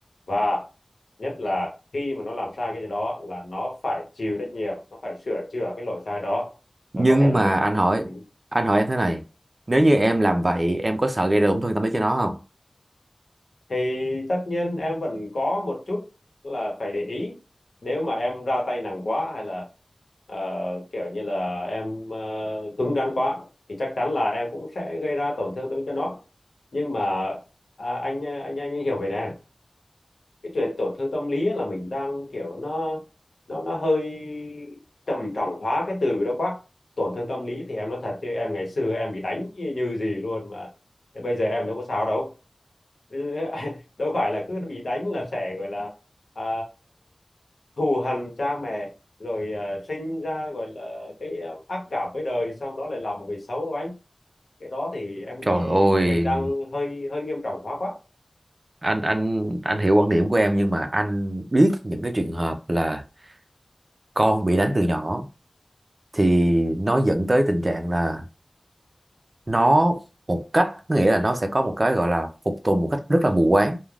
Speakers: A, on the left (about 80°); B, on the right (about 45°).
A: và nhất là khi mà nó làm sai cái gì đó là nó phải chịu trách nhiệm nó phải sửa chữa cái lỗi sai đó và
B: nhưng
A: có thể là
B: mà
A: nó
B: anh hỏi
A: Ừ.
B: anh hỏi em thế này nếu như em làm vậy em có sợ gây ra tổn thương tâm lý cho nó không
A: thì tất nhiên em vẫn có một chút là phải để ý nếu mà em ra tay nặng quá hay là ờ, kiểu như là em uh, cứng rắn quá thì chắc chắn là em cũng sẽ gây ra tổn thương tâm cho nó nhưng mà à, anh anh anh hiểu về nè cái chuyện tổn thương tâm lý á là mình đang kiểu nó nó nó hơi trầm trọng hóa cái từ đó quá tổn thương tâm lý thì em nói thật chứ em ngày xưa em bị đánh như, như gì luôn mà thế bây giờ em đâu có sao đâu <laughs> đâu phải là cứ bị đánh là sẽ gọi là à, thù hằn cha mẹ rồi à, sinh ra gọi là cái à, ác cảm với đời xong đó lại làm một người xấu đâu anh cái đó thì em
B: trời
A: nghĩ
B: ơi
A: mình đang hơi hơi nghiêm trọng hóa quá
B: anh anh anh hiểu quan điểm của em nhưng mà anh biết những cái trường hợp là con bị đánh từ nhỏ thì nó dẫn tới tình trạng là nó một cách có nghĩa là nó sẽ có một cái gọi là phục tùng một cách rất là mù quáng